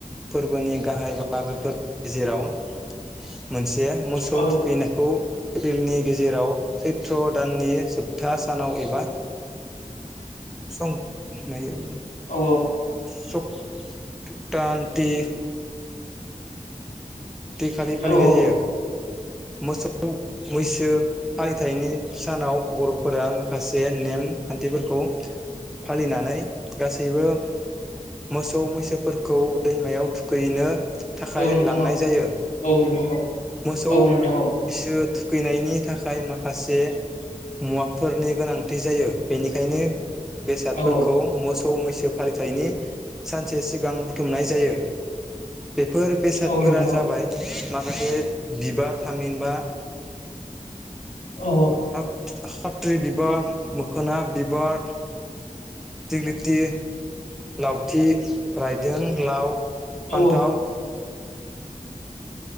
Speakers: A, in the centre; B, on the left.
A: फोरबोनि गाहाय बाहागोफोर गेजेराव मोनसे मोसौ
B: औ
A: थुखैनायखौ एप्रिलनि गेजेराव सैत्र दाननि जोबथा सानाव एबा सं नायो। <unintelligible>
B: औ
A: संक्रान्ति खालि फालिनाय
B: औ औ
A: जायो मोसौ मैसो फालिथायनि सानाव बर'फोरा माखासे नेम खान्थिफोरखौ फालिनानै गासैबो मोस औ मैसोफोरखौ दैमायाव थुखैनो फाय
B: औ
A: लांनाय
B: नोंथां
A: जायो
B: औ नोंथां औ
A: मोसौ
B: औ नोंथां औ
A: सो खैनायनि थाखाय माखासे मुवाफोरनि गोनांथि जायो बेनिखायनो बेसादफोरखौ
B: औ
A: मोस मैसो फालिथायनि सानसे सिगां बुथुमनाय जायो। फोर बेसादफोरा
B: औ नोंथां
A: जाबाय
B: औ
A: माखासे बिबार थामहिनबा
B: औ
A: <unintelligible> खाथ्रि बिबार मोखोना बिबार थिग्लि थि लावथि राय जों लाव फान्थाव
B: औ